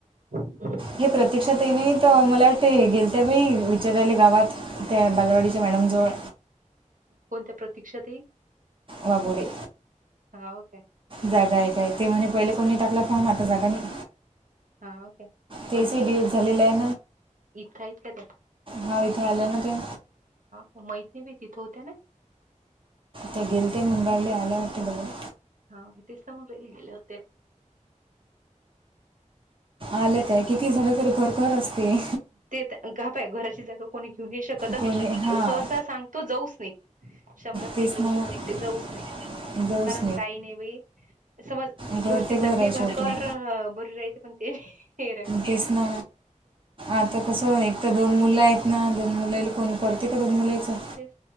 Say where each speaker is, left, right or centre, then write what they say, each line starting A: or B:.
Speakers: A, on the right; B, on the right.
A: हम्म.
B: हे प्रतीक्षा ते नाही तर मला वाट गेल त्या बाई विचारायले गावात त्या बालवाडीच्या मॅडम जवळ
A: कोणत्या प्रतीक्षात
B: वगुडी.
A: होऊ काय?
B: जागा आहे काय ते म्हणे पहिले कोणी टाकला फॉर्म जागा नाही.
A: हा ओके
B: त्याचे
A: आणि हे
B: डी एड झालेलं आहे
A: इतका इतक ते.
B: ह इथलं ना त्या.
A: मैत नाही बी तिथं होत्या ना.
B: ते गेल ते मुंडाली आल्या होते बघून.
A: हा तेच म्हणू राहिले गेले होते.
B: आलंत आहे किती झालं तरी घरघर असते.
A: बाय घराची जागा कोणी घेऊन नाही शकत आणि
B: कोणी हां
A: सहसा सांगतो जाऊच नाही. शंभरातली
B: तेच
A: एक गोष्ट
B: ना मग
A: पटते जाऊच नाही.
B: जाऊच
A: कारण काही नाही बाई समज
B: घर
A: घरची
B: ते घर
A: चटणी
B: आहे शेवटी
A: भाकर बरी राहते प ते हे रे.
B: तेच ना आता कस एक
A: ना
B: तर दोन मूल आहेत ना दोन मुले मी पडती का गणूला विचार?
A: तेच